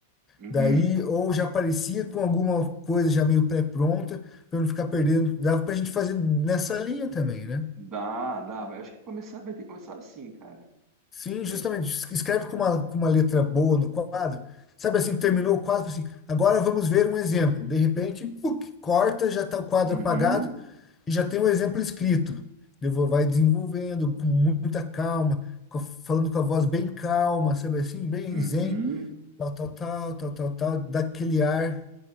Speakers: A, on the right; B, on the left.
A: uhum.
B: Daí, ou já aparecia com alguma coisa já meio pré-pronta, para não ficar perdendo. Dava pra gente fazer nessa linha também, né?
A: Dá, dá. Eu acho que começar vai ter que começar assim, cara.
B: Sim,
A: Tem-
B: justamente. Es- Escreve com uma, com uma letra boa no quadro. Sabe assim, terminou o quadro, assim, agora vamos ver um exemplo. De repente, puc, corta, já está o quadro
A: Uhum,
B: apagado. e já tem o exemplo escrito. Devo- Vai desenvolvendo com muita calma, co- falando com a voz bem calma, sabe assim, bem
A: uhum.
B: zen, tal, tal, tal, tal, tal, tal, dá aquele ar